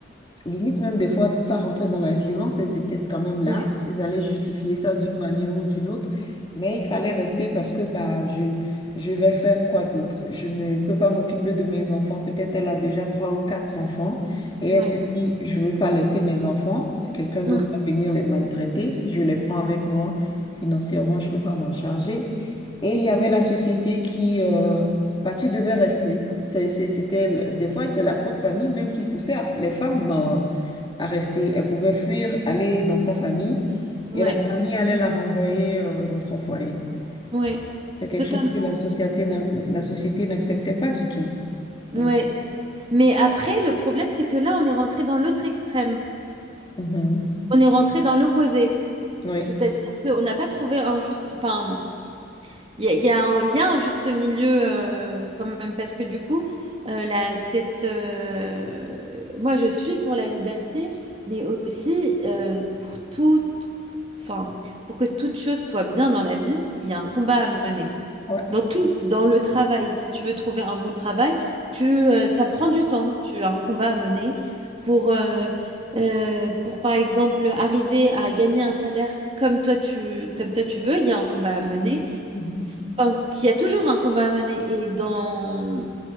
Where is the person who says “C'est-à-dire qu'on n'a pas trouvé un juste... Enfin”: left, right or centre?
Right